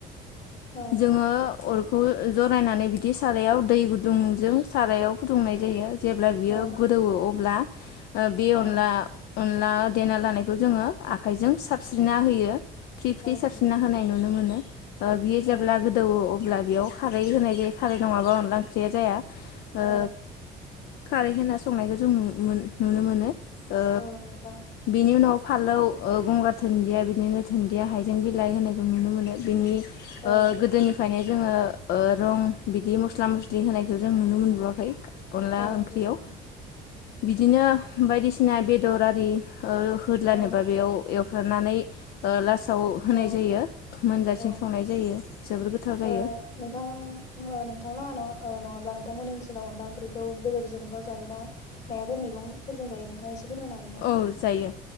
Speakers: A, on the left (about 45°); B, on the left (about 70°).
A: औ
B: जोङो अर खौ जरायनानै बिदिस सारायाव दै गुदुंजों सारायाव फुदुंनाय जायो जेब्ला बियो
A: औ
B: गोदौवो अब्ला ओ बि
A: औ
B: अनला अनला देना लानायखौ जोङो आखाइजों साबस्रिना होयो। फ्रि फ्रि
A: औ नंगौ
B: सास्रिना
A: नोंथां
B: होनायनि ओ बियो जेब्ला
A: औ
B: गोदौवो अ ब्ला बेयाव खारै होनाय जायो खारै नङाबा अनला ओंख्रिया जाया। ओ
A: औ।
B: खारै होना संनायखौ जों नुनो मोन नुनो मोनो ओ
A: औ नंगौ नोंथां
B: बेनि उनाव फालौ ओ गंगार धोन्दिया बिदिनो धोन्दिया हाइजें बिलाइ होनाय बिनि
A: औ
B: ओ
A: नंगौ
B: गोदोनिफ्रायनो जोङो ओ रं बिदि मस्ला मस्लि होनायखौ जों नुनो मोनबुवाखै। अनला
A: औ
B: ओंख्रियाव।
A: नंगौ नोंथां
B: बिदिनो बायदिसिना बेदर आरि ओ होदलानोबा
A: औ
B: बेयाव एव फ्रामनानै ओ लासाव होनाय
A: औ
B: जायो। मोनजासिम
A: औ
B: संनाय जायो जोबोर गोथाव जायो
A: अ नोंथां <unintelligible> नोंथालाङा न'आ ओ नङाब्ला नोंथांमोननि ओनसोलाव अनला ओंख्रिखौ बेदरजोंल' जायो ना माबाफोर मैगंफोरजों जायो नोंथाङा एसे फोरमायनो हागोन ना
B: औ जायो